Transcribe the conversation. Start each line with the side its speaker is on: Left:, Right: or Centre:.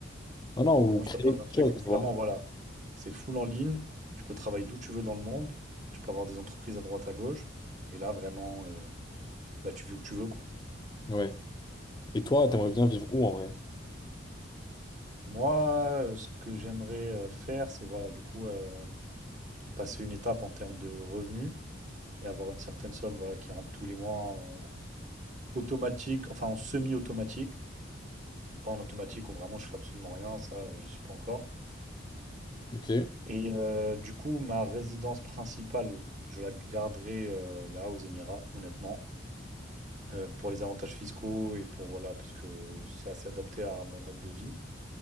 Left: non,
Right: Moi,
Left: ou créer
Right: je te parle
Left: quelque
Right: d'un truc
Left: chose,
Right: où vraiment,
Left: tu vois.
Right: voilà, c'est full en ligne, tu peux travailler d'où tu veux dans le monde, tu peux avoir des entreprises à droite à gauche, et là, vraiment, euh, bah, tu vis où tu veux, quoi.
Left: Ouais. Et toi, t'aimerais bien vivre où en vrai?
Right: Moi, euh, ce que j'aimerais euh, faire, c'est, voilà, du coup, euh, passer une étape en termes de revenus et avoir une certaine somme, voilà, qui rentre tous les mois en automatique, enfin en semi-automatique, pas en automatique où vraiment je fais absolument rien, ça, euh, je suis pas encore.
Left: Ok. Ouais.
Right: Et euh, du coup, ma résidence principale, je la garderai euh, là aux Émirats, honnêtement. euh, pour les avantages fiscaux et pour voilà, parce que c'est assez adapté à mon mode de vie.